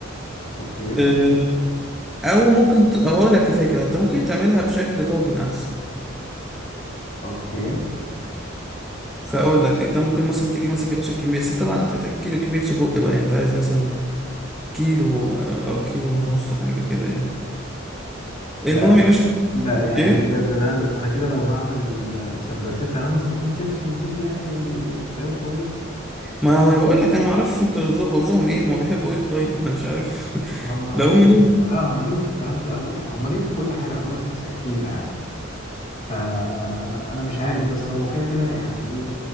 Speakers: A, on the left (about 40°); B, in the centre.
A: اوكي
B: آه، او ممكن ت- اقول لك فكرة انت ممكن تعملها بشكل طاجن احسن
A: اوكي
B: فاقول لك انت ممكن مثلا تيجي ماسك يا باشا كمية بس طبعا هتحتاج كيلو كمية سجق بقى يعني انت عايز مثلا كيلو آه، او كيلو ونص حاجة كده يعني
A: ده
B: المهم يا باشا تحط-
A: ده يعني
B: ايه
A: ده, ده, ده انا أنا كده لو هعمل سندوتشات يعني انا استقلت شايف السندوتشات دي يعني اختيار كويس
B: ما ما انا بقول لك انا ما اعرفش انت ذوق- ذوقهم ايه هما بيحبوا ايه طيب <laughs> انا مش عارف
A: هما
B: <laughs> لو
A: ليهم
B: هم ليهم
A: لا هما ليهم في الكلام ده قوي يعني هما ليهم في كل حاجه انا بقول لك ناس اكيله يعني فانا مش عارف بس هو كده كده يعني ايه